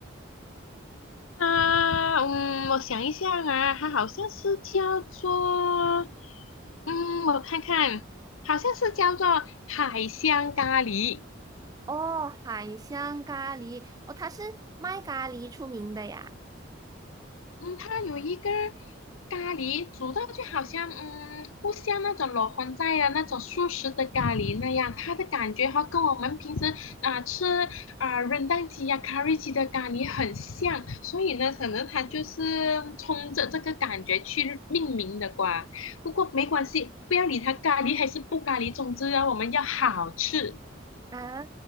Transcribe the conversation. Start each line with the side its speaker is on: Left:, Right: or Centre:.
Left: 啊，嗯，我想一下啊，它好像是叫做，嗯，我看看，好像是叫做海香咖喱。
Right: 哦，海香咖喱，哦，它是卖咖喱出名的呀。
Left: 嗯，它有一个咖喱煮到就好像，嗯，不像那种裸荤菜啊，那种素食的咖喱那样，它的感觉哈跟我们平时啊、吃啊、润蛋鸡呀、咖喱鸡的咖喱很像，所以呢，可能它就是冲着这个感觉去命名的吧。不过没关系，不要理它咖喱还是不咖喱，总之呢，我们要好吃。
Right: 啊，